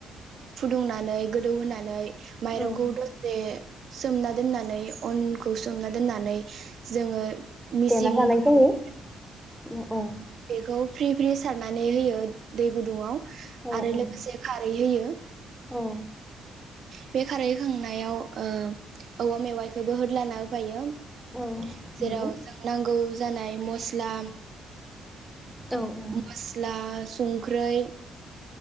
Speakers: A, on the right; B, in the centre.
A: फुदुंनानै गोदौहोनानै माइरंखौ
B: औ
A: दसे सोमना दोननानै अन- खौ सोमना दोननानै जोङो मिसिंफोराव
B: देना जानाय जायो। औ औ।
A: बेखौ फ्रि फ्रि सारनानै होयो दै गुदुङाव।
B: औ
A: आरो लोगोसे खारै होयो।
B: औ।
A: बे खारै होखांनायाव ओ औवा मेवाइखौबो होदलाना होफायो। <inaudible>
B: औ
A: जेराव
B: नंगौ
A: जों नांगौ जानाय मस्ला
B: औ औ
A: मस्ला संख्रै